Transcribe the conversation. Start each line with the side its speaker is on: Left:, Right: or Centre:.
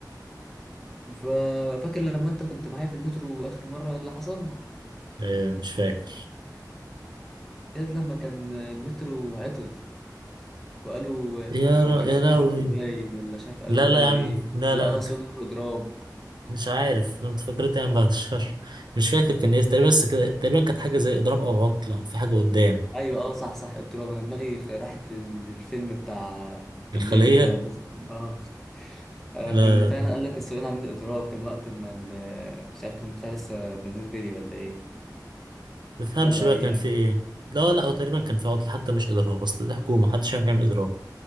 Centre: ففاكر لما انت كنت معايا في المترو اخر مره اللي حصل
Right: إيه مش فاكر
Centre: ايه لما كان المترو عطل وقالوا في
Right: يا
Centre: متفجرات
Right: ر... يا
Centre: في
Right: لهوي
Centre: المترو باين ولا مش عارف قالوا
Right: لا لا
Centre: قالوا
Right: يا عم
Centre: ايه
Right: لا
Centre: بالاقصى
Right: لا أنا ك-
Centre: قالوا اضراب
Right: مش عارف لو تفكرت يعني بعد الشهر مش فاكر كان ايه تقريبا بس كده تقريبا كانت حاجه زي اضراب او عطله او في حاجه قدام
Centre: ايوه اه صح صح اضراب انا دماغي خ- راحت لل- للفيلم بتاع
Right: الخليه
Centre: الليمبي ده ولا اسمه- إيه؟ اه آه،
Right: لا
Centre: كان فعلا
Right: لا،
Centre: قال لك السواقين عاملين اضراب كان وقت ما ال- مش عارف كان بتاع لسه بنزين غالي ولا ايه
Right: ما تفهمش
Centre: يلا
Right: بقى
Centre: ايام
Right: كان في ايه لا لا او تقريبا كان في عطله حتى مش اضراب اصل دي حكومه محدش عارف يعمل اضراب